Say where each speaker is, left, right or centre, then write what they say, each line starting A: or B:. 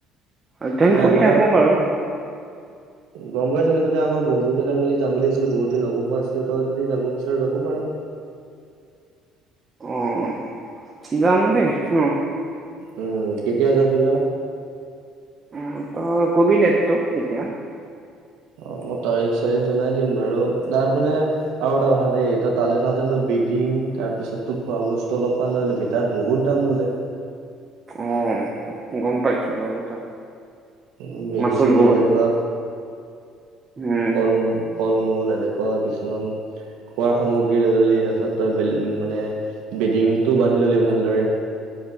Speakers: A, on the right (about 20°); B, on the right (about 85°).
A: অধ্যয়ন
B: মানে
A: কৰি
B: আমাৰ
A: থাকো বাৰু।
B: গম পাইছো কিন্তু এ আমাৰ বন্ধুকেইটা মিলি যাম বুলি ভাবিছিলো বহুত দিন লগো পোৱা নাছিলো তই যদি যাব বিচাৰ যাব পাৰ <inaudible>
A: অ', যাম দে ন'।
B: উম কেতিয়া যাবি বা?
A: উ ত ক'বি ডেতটো এতিয়া
B: অ'। মই তাৰিখ চাৰিখ জনাই দিম বাৰু তাত মানে আৰু এটা কথা দ তালৈ যাওঁতে বেডিং তাৰ পিছত তো খোৱা বস্তু অলপমান লৈ ল'বি তাত বহুত দাম বোলে।
A: অ', গম পাইছো বাৰু তাত
B: উ মেগী
A: মাচুল
B: চেগী
A: বহুত
B: এনেকুৱা,
A: উম,
B: ফল ফল মূল এনেকুৱা কিছুমান খোৱাৰ সামগ্ৰী লৈ ল'লি তাৰপিছত তই মানে বেডিংটো বান্ধি ল'লি ভালদৰে <inaudible>